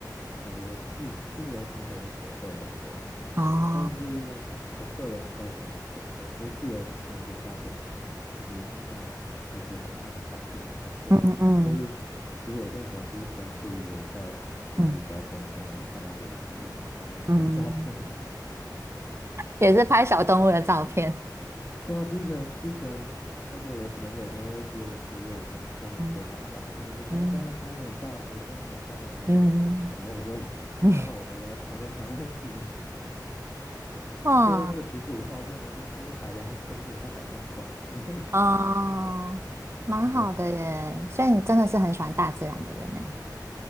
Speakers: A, on the left; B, on the right.
A: 哦，我自自由潜水跟水肺都会。
B: 哦，
A: 但是我个人比较喜欢水肺，就是自由潜水，虽然可以就是像拍出好看的照片没有错，
B: 嗯嗯
A: 但是其实我更喜欢就是比较惬意的在珊瑚礁中间，
B: 嗯
A: 然后看那些鱼啊，帮他们拍照什么。
B: 嗯。也是拍小动物的照片。
A: <laughs> 对啊，之前之前那个我朋友都会约我去，因为我我算是蛮会拍照的，
B: 嗯，
A: 他们就说要帮他拍美照，
B: 嗯
A: 水中的美照，然后然后我就
B: 嗯
A: <laughs> 就看到我都在旁边拍那个鱼，
B: 嗯，
A: <laughs>
B: <laughs> 哇
A: 最后那个群主照片都是一些海洋生物，很像海参馆去。
B: 哦，蛮好的耶。
A: 对
B: 所以你真的是很喜欢大自然的人呢。